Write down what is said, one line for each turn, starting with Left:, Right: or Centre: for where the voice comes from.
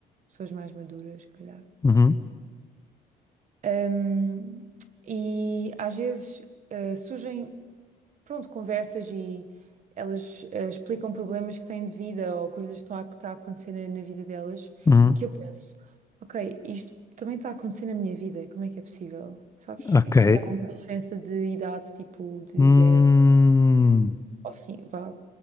Right: pessoas mais maduras, se calhar.
Left: uhum,
Right: Ahm, e às vezes ah, surgem, pronto, conversas e elas ah, explicam problemas que têm de vida ou coisas que estão a, que está a acontecer na, na vida delas
Left: uhum.
Right: e que eu penso, ok, isto também está a acontecer na minha vida, como é que é possível, sabes?
Left: Ok.
Right: E há uma diferença de idade, tipo de
Left: Hum,
Right: 10 anos ou, sim, vá,